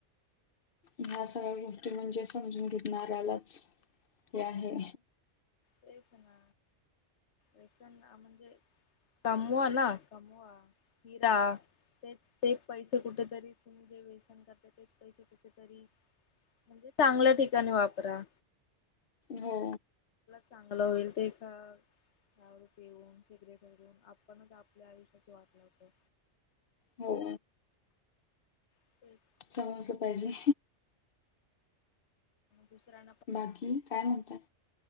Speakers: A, on the left (about 55°); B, on the left (about 70°).
A: ह्या सगळ्या गोष्टी म्हणजे समजून घेतणाऱ्यालाच हे आहे
B: तेच ना वसन म्हणजे कमवा ना कमवा हिरा तेच ते पैसे कुठेतरी तुम्ही जे व्यसन करता तेच पैसे कुरी म्हणजे चांगल्या ठिकाणी वापरा
A: हो
B: चांगला होईल ते कावर प येऊन शग आपणच आपल्या आयुष्यात वाटलं होत
A: हो
B: <inaudible>
A: समजलं पाहिजे
B: दुसरा
A: बाकी काय म्हणतय